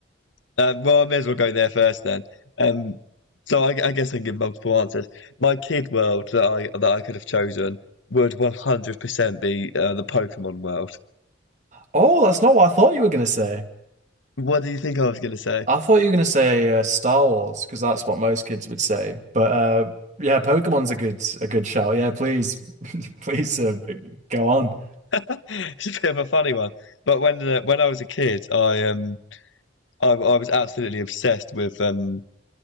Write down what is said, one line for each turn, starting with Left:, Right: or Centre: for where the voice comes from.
Left: um, well, I may as well go there first then. Um, so I, I guess I can give multiple answers. My kid world that I that I could have chosen would 100% be uh, the Pokemon world.
Right: oh, that's not what I thought you were going to
Left: What do you think I was going to say?
Right: I thought you were gonna say uh, Star Wars because that's what most kids would say. But uh, yeah, Pokemon's a good a good shout. Yeah, please, <laughs> please uh, go on.
Left: <laughs> It's a bit of a funny one, but when uh, when I was a kid, I um I, I was absolutely obsessed with um